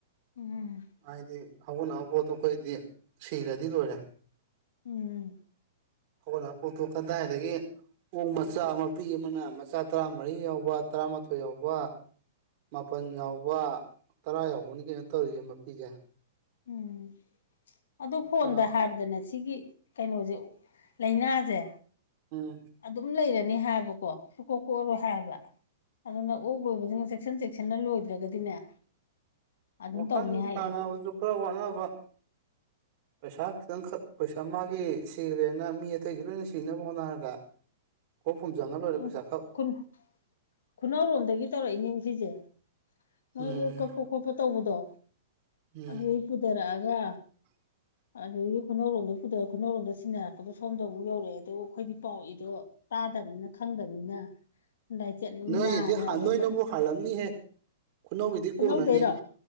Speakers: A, on the left; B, on the right.
A: ꯎꯝ
B: ꯍꯥꯏꯗꯤ ꯍꯧꯒꯠꯅꯕ ꯄꯣꯠꯇꯣ ꯑꯩꯈꯣꯏꯗꯗꯤ ꯁꯤꯒ꯭ꯔꯗꯤ ꯂꯣꯏꯔꯦ
A: ꯎꯝ
B: ꯍꯧꯒꯠꯅꯕ ꯄꯣꯠꯇꯣ ꯀꯗꯥꯏꯗꯒꯤ ꯑꯣꯛ ꯃꯆꯥ ꯃꯄꯤ ꯑꯃꯅ ꯃꯆꯥ ꯇꯔꯥꯃꯔꯤ ꯌꯥꯎꯕ ꯇꯔꯥꯃꯥꯊꯣꯏ ꯌꯥꯎꯕ ꯃꯥꯄꯟ ꯌꯥꯎꯕ ꯇꯔꯥ ꯌꯥꯎꯕꯅꯤ ꯀꯩꯅꯣ ꯇꯧꯔꯤꯖꯦ ꯃꯄꯤꯖꯦ
A: ꯎꯝ
B: ꯃꯁꯥ
A: ꯑꯗꯨ ꯐꯣꯟꯗ ꯍꯥꯏꯕꯗꯅꯦ ꯁꯤꯒꯤ ꯀꯩꯅꯣꯖꯦ ꯂꯩꯅꯥꯖꯦ
B: ꯎꯝ
A: ꯑꯗꯨꯝ ꯂꯩꯔꯅꯤ ꯍꯥꯏꯕꯀꯣ ꯁꯨꯀꯣꯛ ꯀꯣꯛꯑꯔꯣꯏ ꯍꯥꯏꯕ ꯑꯗꯨꯅ ꯑꯣꯛ ꯂꯣꯏꯕꯖꯤꯡꯅ ꯆꯦꯛꯁꯟ ꯆꯦꯛꯁꯤꯟꯅ ꯂꯣꯏꯗ꯭ꯔꯒꯗꯤꯅꯦ ꯑꯗꯨꯝ
B: ꯋꯥꯈꯜ
A: ꯇꯧꯅꯤ ꯍꯥꯏꯌꯦ
B: ꯇꯥꯅꯕꯖꯨ ꯈꯔ ꯋꯥꯠꯅꯕ ꯄꯩꯁꯥ ꯈꯤꯇꯪꯈꯛ ꯄꯩꯁꯥ ꯃꯥꯒꯤ ꯁꯤꯒ꯭ꯔꯦꯅ ꯃꯤ ꯑꯇꯩꯒꯤ ꯂꯣꯏꯅ ꯁꯤꯅꯕ ꯍꯣꯠꯅꯔꯒ ꯀꯣꯛ ꯐꯨꯝꯖꯟꯉ ꯂꯣꯏꯔꯦ
A: ꯎꯝ
B: ꯄꯩꯁꯥ ꯈꯛ
A: ꯈꯨꯟ ꯈꯨꯅꯧꯔꯣꯝꯗꯒꯤ ꯇꯧꯔꯛꯏꯅꯦꯕ ꯁꯤꯖꯦ ꯅꯣꯏ
B: ꯎꯝ
A: ꯑꯣꯛ ꯀꯛꯄ ꯈꯣꯠꯄ ꯇꯧꯕꯗꯣ
B: ꯎꯝ
A: ꯑꯗꯨꯗꯩ ꯄꯨꯗꯔꯛꯑꯒ
B: <inaudible>
A: ꯑꯗꯒꯤ ꯈꯨꯅꯧꯔꯣꯝꯗ ꯄꯨꯗ ꯈꯨꯅꯧꯔꯣꯝꯗ ꯁꯤꯟꯅꯔꯛꯄꯣ ꯁꯣꯝꯗ ꯑꯃꯨꯛ ꯌꯧꯔꯛꯑꯦ ꯑꯗꯨꯕꯨ ꯑꯩꯈꯣꯏꯗꯤ ꯄꯥꯎ ꯏꯗꯣ ꯇꯥꯗꯕꯅꯤꯅ ꯈꯪꯗꯕꯅꯤꯅ ꯂꯥꯏꯆꯠꯅꯤ
B: ꯅꯣꯏꯒꯤꯗꯤ
A: ꯅꯥꯗꯅ ꯑꯗꯩ
B: ꯅꯣꯏꯅꯕꯨ
A: ꯈꯣꯠ
B: ꯍꯥꯜꯂꯝꯅꯤꯍꯦ ꯈꯨꯅꯧꯒꯤꯗꯤ
A: ꯈꯨꯅꯧꯗꯩꯔꯣ
B: ꯀꯣꯟꯅꯅꯤ